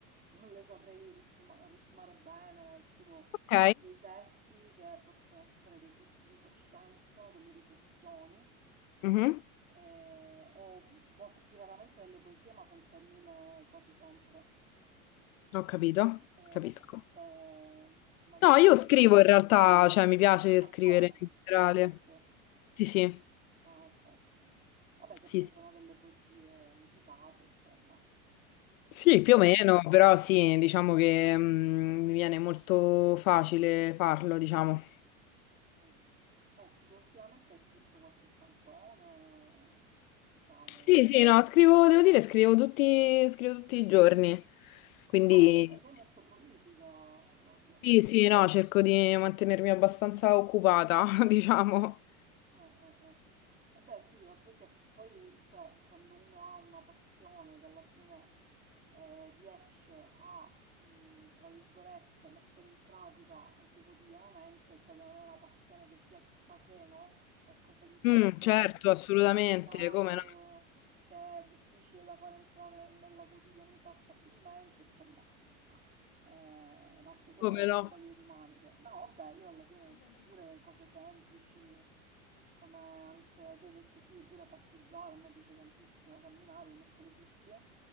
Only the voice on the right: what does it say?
non le saprei ritma- ritmare bene. Scrivo
dei testi che possono essere dei flussi di coscienza, delle riflessioni,
eh, o molto più raramente delle poesie, ma senza rime quasi sempre.
E
non so se a te è mai
capitato
di...
Canzoni
tu
scrivi
forse?
Ah, ecco, ecco. Vabbè, che
poi
sono delle poesie musicate, insomma, per
certi
versi.
Mm. Eh, tipo, ultimamente hai scritto qualche canzone, diciamo.
Ah, cioè sei molto prolifica proprio.
Eh, eh, eh. Eh beh sì, vabbè che poi cioè, quando uno ha una passione che alla fine eh, riesce a, mh, tra virgolette, mettere in pratica anche quotidianamente, cioè che non è una passione che sia chissà che, no? Qualcosa di troppo
complicato,
che è difficile da far entrare nella quotidianità stabilmente, insomma, eh, un altro- quello
è un altro
paio di maniche. No, vabbè, io alla fine pure cose semplici, come anche tu hai detto sì, pure passeggiare, a me piace tantissimo camminare, mi metto le cuffie,